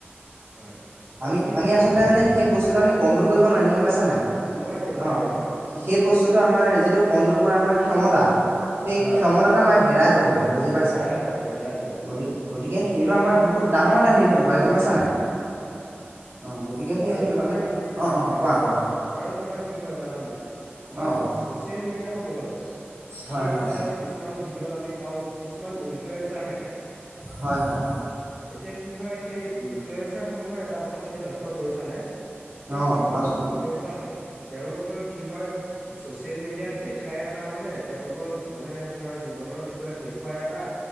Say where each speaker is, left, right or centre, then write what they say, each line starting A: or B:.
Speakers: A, on the right; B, on the right.
A: হয়। আৰু
B: আমি
A: কি
B: আমি
A: হ'ব
B: আচলতে মানে সেই বস্তুটো আমি কণ্ট্ৰল কৰিব নোৱাৰিম গম পাইছা নাই
A: নোৱাৰিম নোৱাৰিম
B: অ।
A: হয়
B: সেই বস্তুতটো আমাৰ যিটো কন্ট্ৰল কৰা আমাৰ ক্ষমতা সেই
A: হয়
B: ক্ষমতাটো আমাৰ হেৰাই যাব মানে বুজি পাইছা
A: হেৰাই যাব হেৰাই যাব হয়।
B: গতি গতিকে সেইটো আমাৰ বহুত ডাঙৰ এটা হেৰি হ'ব পাৰে গম পাইছা নাই। অ গতিকে সেয়ে
A: আৰু
B: সেইটো
A: তোমাৰ
B: কাৰণে
A: অ',
B: কোৱা কোৱা
A: আৰু তোমাৰ কি হয় জানা নাই। আমাৰ
B: অ অ
A: চচিয়েল মিডিয়া সমূহত যায়।
B: হয়
A: আমি
B: হয়
A: এতিয়া কিছুমান ভিডিঅ'ত আমি পাওঁ কিছুমান ইনফ্লুৱয়েঞ্চাৰ থাকে।
B: হয় হয়
A: এতিয়া কি হয় সেই ইনফ্লুৱেঞ্চাৰ সমূহৰ এটা কথা তুমি না কৰিছা নে। সেই
B: অ
A: যিসমূহ
B: কোৱাচোন
A: ইনফ্লুৱেঞ্চাৰ থাকে তেওঁলোকৰ কি হয় চচিয়েল মিডিয়াত দেখাই এটা মানে তেওঁলোকৰ মানে ধৰা জীৱনৰ বিষয়ে দেখুৱাই এটা।